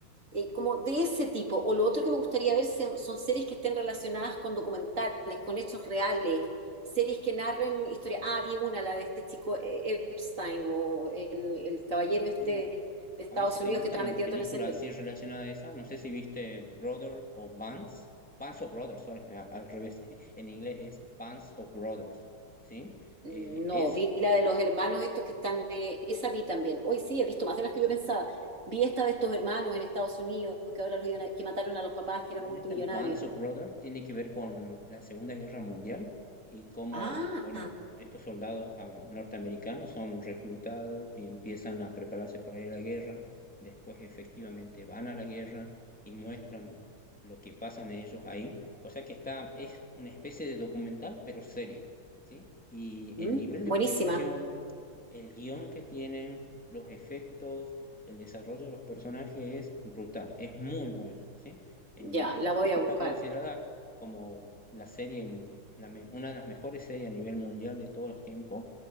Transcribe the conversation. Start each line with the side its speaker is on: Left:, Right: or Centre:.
Right: eh, como de ese tipo. O lo otro que me gustaría ver se- son series que estén relacionadas con documentales, con hechos reales, series que narren historias. Ah, vi una, la de este chico eh, Epstein o el,
Centre: Ajá.
Right: el caballero este
Centre: Bueno,
Right: de Estados
Centre: A ver si te
Right: Unidos
Centre: gustan
Right: que estaba metido
Centre: películas
Right: todo en ese lío.
Centre: así relacionadas a esas. No sé si viste Brother o Bands. Bands of Brothers, sorry, <laughs> a- al revés. <laughs> En inglés es Bands of Brothers, ¿sí?
Right: Mm,
Centre: Eh,
Right: No,
Centre: es
Right: vi la de los hermanos estos que están, eh, esa vi también. Hoy sí, he visto más de las que yo pensaba. Vi esta de estos hermanos en Estados Unidos que ahora los iban a- que mataron a los papás
Centre: Bueno,
Right: que eran multimillonarios.
Centre: esta Bands of Brothers tiene que ver con la Segunda Guerra Mundial y cómo,
Right: Ah,
Centre: bueno, estos soldados ah, norteamericanos son reclutados y empiezan a prepararse para ir a la guerra, después efectivamente van a la guerra y muestran lo que pasan ellos ahí. O sea que está, es una especie de documental, pero serio, ¿sí? Y
Right: Mm,
Centre: el nivel de
Right: Buenísima.
Centre: producción, el guión que tienen, los efectos, el desarrollo de los personajes es brutal, es muy bueno, ¿sí? En-
Right: Ya, la
Centre: en-
Right: voy
Centre: de hecho,
Right: a
Centre: está
Right: buscar.
Centre: considerada como la serie, la me- una de las mejores series a nivel mundial de todos los tiempos,